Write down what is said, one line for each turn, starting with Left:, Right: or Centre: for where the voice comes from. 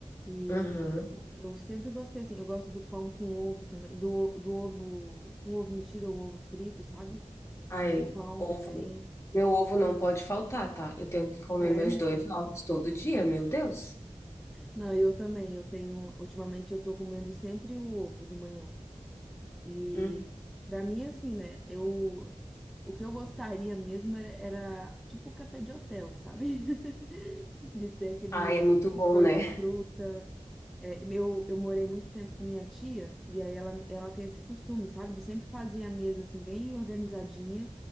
Centre: E
Left: Aham.
Centre: eu sempre gostei assim, eu gosto do pão com ovo também, do, do ovo, um ovo mexido ou um ovo frito, sabe?
Left: Aí,
Centre: Com- No pão
Left: ovo.
Centre: também.
Left: Meu ovo não pode faltar, tá? Eu tenho que comer
Centre: É.
Left: meus dois ovos todo dia, meu Deus.
Centre: Não, eu também. Eu tenho. Ultimamente eu tô comendo sempre um ovo de manhã. E
Left: Uhum.
Centre: pra mim, assim, né? Eu, o que eu gostaria mesmo era, era tipo café de hotel, sabe? <laughs> De ter aquele
Left: Ai, é muito bom,
Centre: coisa,
Left: né?
Centre: fruta. É, meu, eu morei muito tempo com minha tia, e aí ela, ela tem esse costume, sabe? De sempre fazer a mesa assim, bem organizadinha,